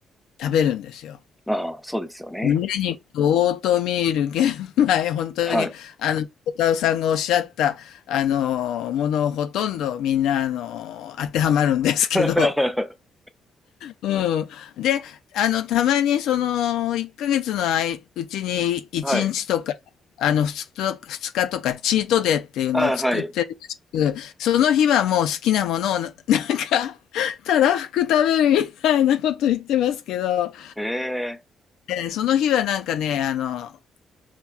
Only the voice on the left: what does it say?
食べるんですよ。
胸肉、オートミール、玄米、<laughs> 本当に、
あの、小田さんがおっしゃった、あの、ものほとんどみんな、あの、当てはまるんですけど。
うん。で、あの、たまにその、1ヶ月のあいうちに1日とか、
あの、2日と二日とか、チートデーっていうのを作ってるらしく、
その日はもう好きなものをな、<laughs> なんか、たらふく食べるみたいなこと言ってますけど、
えーその日はなんかね、あの、